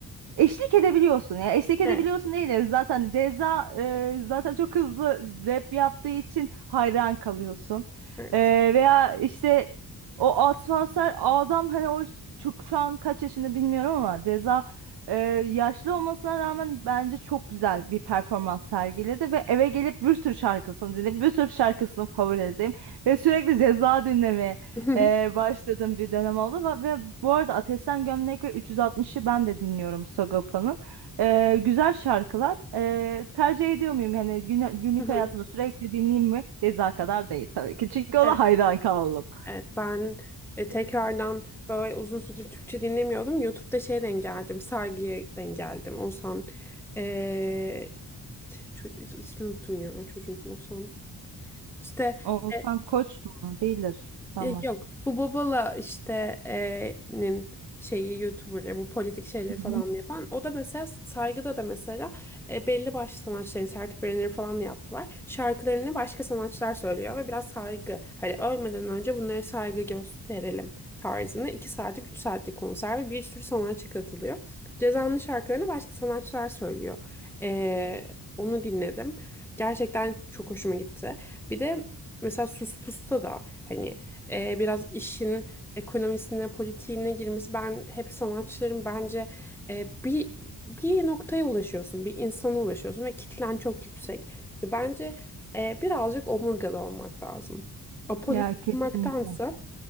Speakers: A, on the right; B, in the centre.
A: Eşlik edebiliyorsun ya. Eşlik edebiliyorsun
B: Evet.
A: değil. Zaten Ceza e, zaten çok hızlı rap yaptığı için hayran kalıyorsun.
B: Evet.
A: E, veya işte o atmosfer adam hani o çok şu an kaç yaşında bilmiyorum ama Ceza e, yaşlı olmasına rağmen bence çok güzel bir performans sergiledi ve eve gelip bir sürü şarkısını dinledim. Bir sürü şarkısını favori edeyim ve sürekli Ceza dinlemeye
B: <laughs>
A: ee, başladığım bir dönem oldu ve, ve bu arada Ateşten Gömlek ve 360'ı ben de dinliyorum Sagopa'nın. Ee, güzel şarkılar. Ee, tercih ediyor muyum? Yani gün- günlük
B: Hı hı.
A: hayatımda sürekli dinleyeyim mi? Ceza kadar değil tabii ki. Çünkü ona
B: Evet,
A: hayran kaldım.
B: evet. Ben e, tekrardan böyle uzun süredir Türkçe dinlemiyordum. YouTube'da şey denk geldim. Saygıya denk geldim. Oğuzhan e, çocuk, ismini unuttum ya çocuğun ismi Oğuzhan. İşte
A: Oğuzhan
B: e,
A: Koç mu? Değildir. Tamam.
B: Ya Yok bu Bobala işte e, nin şeyi YouTuber'ı bu politik şeyleri falan
A: Hı hı.
B: yapan o da mesela saygıda da mesela e, belli başlı sanatçıların sertüplerini falan yaptılar. Şarkılarını başka sanatçılar söylüyor ve biraz saygı hani ölmeden önce bunlara saygı gösterelim tarzında 2 saatlik 3 saatlik konser ve bir sürü sanatçı katılıyor. Ceza'nın şarkılarını başka sanatçılar söylüyor. E, onu dinledim. Gerçekten çok hoşuma gitti. Bir de mesela Sus Pus'ta da hani e, biraz işin ekonomisine, politiğine girmesi. Ben hep sanatçıların bence e, bir bir noktaya ulaşıyorsun, bir insana ulaşıyorsun ve kitlen çok yüksek. Bence e, birazcık omurgalı olmak lazım. Apolitik
A: Ya
B: Hı
A: kesinlikle.
B: olmaktansa